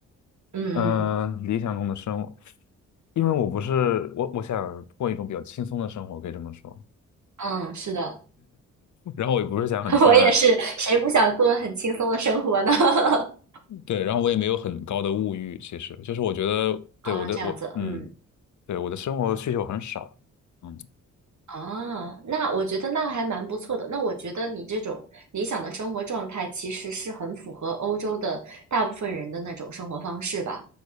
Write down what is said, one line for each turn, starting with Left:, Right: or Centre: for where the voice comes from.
Right: 嗯嗯
Left: 嗯、理想中的生活，因为我不是我，我想过一种比较轻松的生活，可以这么说。
Right: 嗯，是的，
Left: 然后我也不是想很赚，
Right: <laughs> 我也是，谁不想过很轻松的生活呢？<laughs>
Left: 对，然后我也没有很高的物欲，其实就是我觉得对我的我嗯，
Right: 啊，这样子，嗯。
Left: 对我的生活需求很少，嗯
Right: 啊，那我觉得那还蛮不错的。那我觉得你这种理想的生活状态，其实是很符合欧洲的大部分人的那种生活方式吧。